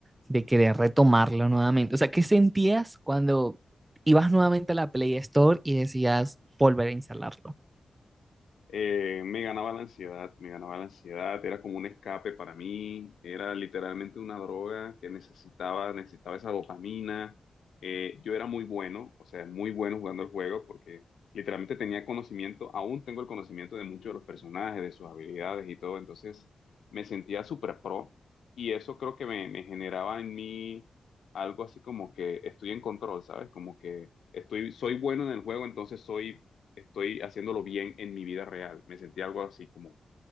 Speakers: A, on the right (about 20°); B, on the left (about 80°).
A: de querer retomarlo nuevamente. O sea, ¿qué sentías cuando ibas nuevamente a la Play Store y decías volver a instalarlo?
B: eh, me ganaba la ansiedad, me ganaba la ansiedad, era como un escape para mí, era literalmente una droga que necesitaba, necesitaba esa dopamina. Eh, yo era muy bueno, o sea, muy bueno jugando el juego porque literalmente tenía conocimiento, aún tengo el conocimiento de muchos de los personajes, de sus habilidades y todo, entonces me sentía súper pro y eso creo que me, me generaba en mí algo así como que estoy en control, ¿sabes? Como que estoy, soy bueno en el juego, entonces soy estoy haciéndolo bien en mi vida real. Me sentí algo así, como,